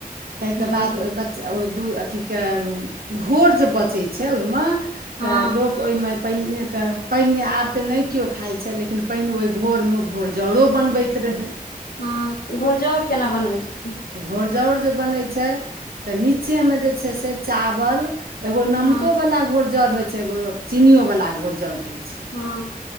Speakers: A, on the right (about 80°); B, on the left (about 75°).
A: ताहि केँ
B: हुँ
A: बाद ओहि बच्चा ओ दू अथिके घोर जे बचै छै ओहि मऽ
B: हँ
A: तऽ लोक ओहिमे पहिने तऽ पहिने आब तऽ नय केओ खाइ छै लेकिन पहिने ओहि घोरमे घोर जरो बनबै त रहै
B: हँ तऽ घोरजाउर केना बनबै छथिन
A: घौरजाउर जे बनै छै तऽ निचे मे जे छै से चावल एगो
B: हँ
A: कोवला घोरजाउर होइ छै एगो चीनीयो वला घोरजाउर होइ छै
B: हँ